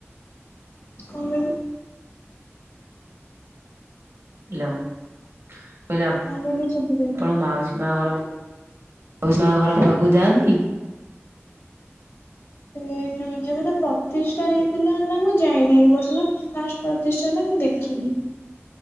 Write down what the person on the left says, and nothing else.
କଣ କହିଲେ?
କଣ କହିଲେ ଶୁଭିଲାନି?
ସେ ଯୋ ଯେବେ ତା ପ୍ରତିଷ୍ଠା ହେଇଥିଲା ହେଲା ମୁଁ ଯାଇନି। ଏ ବର୍ଷ ତ ଫାଷ୍ଟ ପ୍ରତିଷ୍ଟା ହେଲା ମୁଁ ଦେଖିନି।